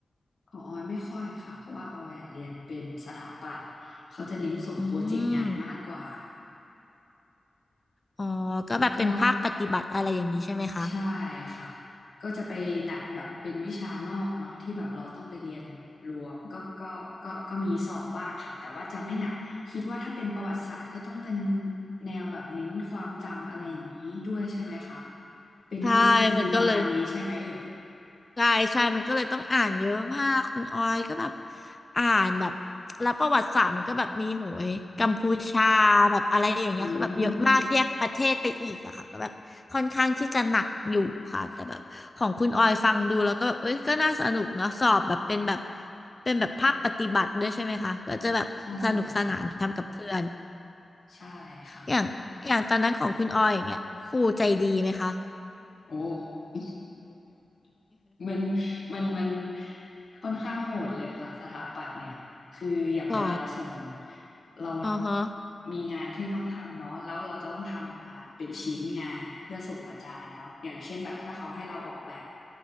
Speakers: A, on the left (about 60°); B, on the left (about 25°).
A: ของออยไม่ค่อยค่ะ เพราะว่าออยอ่ะเรียนเป็นสถาปัตย์เขาจะเน้นส่งโปรเจกต์งานมากกว่า
B: อืมอ๋อ ก็แบบเป็นภาคปฏิบัติอะไรอย่างนี้ใช่ไหมคะ
A: ก็ใช่ค่ะ ก็จะไปหนักแบบเป็นวิชานอกเนาะที่แบบเราต้องไปเรียนรวมก็ก็ก็ก็มีสอบบ้างค่ะ แต่ว่าจะไม่หนัก คิดว่าถ้าเป็นประวัติศาสตร์ก็ต้องเป็นแนวแบบเน้นความจำอะไรอย่างนี้ด้วยใช่ไหมคะ เป็นทฤษฎีประมาณนี้ใช่ไหมเอ่ย
B: ใช่มันก็เลย ใช่ใช่มันก็เลยต้องอ่านเยอะมากคุณออยก็แบบอ่านแบบแล้วประวัติศาสตร์มันก็แบบมีโหยกัมพูชาแบบอะไรอย่างเงี้ยคือแบบเยอะมากแยกประเทศไปอีกอะค่ะก็แบบค่อนข้างที่จะหนักอยู่ค่ะ
A: อืม
B: แต่แบบของคุณออยฟังดูแล้วก็แบบเอ้ยก็น่าสนุกเนาะสอบแบบเป็นแบบเป็นแบบภาคปฏิบัติด้วยใช่ไหมคะ ก็จะแบบสนุกสนานทำกับเพื่อน
A: ใช่ค่ะใช่ค่ะ
B: อย่างอย่างตอนนั้นของคุณออยอย่างเงี้ยครูใจดีไหมคะ
A: โอ้ <laughs> มันมันมันค่อนข้างโหดเลยค่ะสถาปัตย์เนี่ย คืออย่างเวลาเราส่ง
B: <laughs> หรอ
A: เรา
B: อ่าฮะ
A: มีงานที่ต้องทำเนาะแล้วเราจะต้องทำออกมาเป็นชิ้นงานเพื่อส่งอาจารย์เนาะอย่างเช่นแบบถ้าเขาให้เราออกแบบ